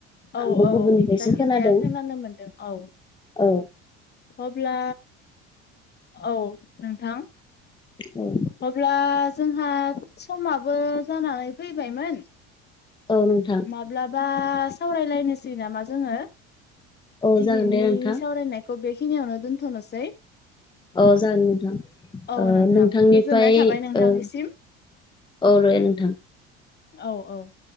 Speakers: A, on the left; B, on the left.
A: औ
B: आंबो
A: औ
B: गुबुननिफ्रायसो
A: जायखि
B: खोनादों
A: जाया खोनानो मोन्दों औ
B: औ
A: अब्ला औ नोंथां
B: औ
A: अब्ला जोंहा समाबो जानानै फैबायमोन
B: औ नोंथां
A: माब्लाबा सावरायलायनोसै नामा जोङो
B: औ
A: दिनैनि
B: जागोन दे नोंथां
A: सावरायनाय खौ बेखिनिआवनो दोनथ'नोसै
B: अ जागोन नोंथां
A: औ नोंथां
B: नोंथांनिफ्राय
A: गोजोननाय थाबाय नोंथांनिसिम
B: ओ औ रे नोंथां।
A: औ औ